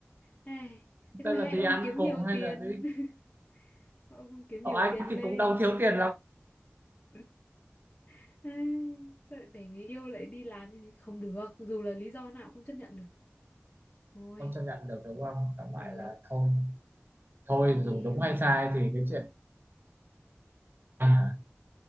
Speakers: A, on the left; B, on the right.
A: ai, thế thôi
B: sẽ là
A: hay
B: đi
A: ông
B: ăn
A: kiếm
B: cùng
A: nhiều
B: hay
A: tiền
B: là đi
A: <laughs> sao ông không kiếm
B: ở
A: nhiều
B: anh
A: tiền lên
B: thì cũng đâu thiếu tiền lắm
A: <laughs> Ai, sợ để người yêu lại đi làm như thế không được dù là lý do nào cũng không chấp nhận được thôi
B: không chấp nhận được đúng không tóm lại
A: ờ
B: là thôi thôi
A: thôi đi
B: dù đúng
A: ông
B: hay sai
A: ơi
B: thì cái chuyện à,